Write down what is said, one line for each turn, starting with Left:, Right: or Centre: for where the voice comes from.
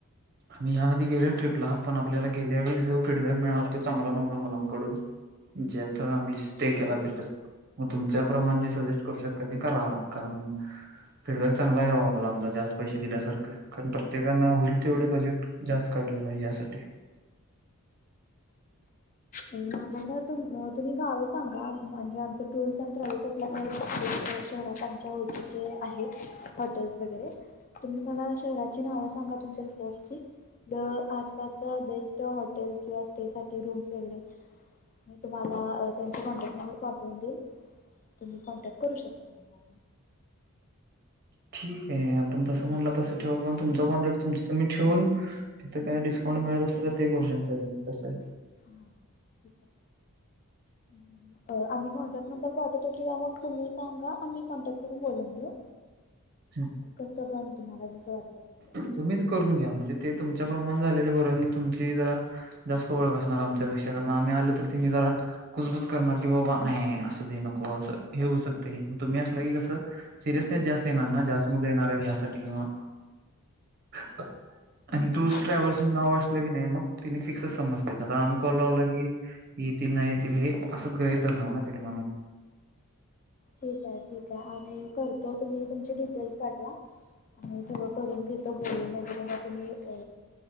Right: मी ह्या आधी गेलोय ट्रीपला पण आपल्याला गेल्या वेळी जो फीडबॅक मिळाला. त्यो चांगला नव्हता मुलांकडून जे आता
Left: हं.
Right: मी स्टे केला तिथंच मग तुमच्या प्रमाण जे सजेस्ट करू शकताय ते करा. कारण फीडबॅक चांगला यावा मुलांचा जास्त पैशे दिल्यासारख कारण प्रत्येकान होईल तेवढे बजेट जास्त काढलय यासाठी
Left: माझ्याकड तुम्ह - तुम्ही गावं सांगा म्हणजे आमच टूर्स अँड ट्रॅव्हल् आपल्या माहितीत प्रत्येक शहरात आमच्या ओळखीचे आहेत हॉटेल्स वगैरे तुम्ही मला शहराची नावं सांगा तुमच्या स्कोअरची. द आसपासचा बेस्ट हॉटेल किंवा स्टे साठी रूम्स वगैरे मी तुम्हाला अ त्यांचे कॉन्टॅक्ट नंबर पाठवून देईन. तुम्ही कॉन्टॅक्ट करू शकता म त्यांना.
Right: ठीक आहे आपण तसं म्हणला तसं ठेवू किंवा तुमचा कॉन्टॅक् तुमच तुम्ही ठेवून, तिथं काय डिस्काउंट मिळत असला तर ते करू शकता तुम्ही तसं.
Left: हां ठीक आहे, हम्. अ आम्ही कॉन्टॅक्ट नंबर पाठवतो किंवा मग तुम्ही सांगा आम्ही कॉन्टॅक्ट करून बोलून घेऊ.
Right: हम्.
Left: कसं पण तुम्हाला जसं वाटतंय तसं.
Right: तुम्हीच करून घ्या म्हणजे ते तुमच्या प्रमाण झालेले बरं तुमची जरा जास्त ओळख असणार आमच्यापेक्षा कारण आम्ही आल तर तिनी जरा कुजबूज करणार की बाबा नाही असू दे नको असं हे होऊ शकतय तुम्ही असला की कसं सिरियसनेस जास्त येणार ना जास्त मुलं येणार ह्यासाठी किंवा <unintelligible>
Left: हं,
Right: आणि टूर्स ट्रॅव्हल्स नाव
Left: ठीक
Right: असलं की नाही मग तिनी फिक्सच समजत्यात आता आम्ही कॉल लावला की येतील नाही येतील हे असंच ग्रहीत धरणार ना त्यांनी म्हणून.
Left: ठीक आहे ठीक आहे आम्ही करतो तुम्ही तुमचे डिटेल्स पाठवा. ही सगळं करून घेतो बोलून वगैरे म तुम्ही अ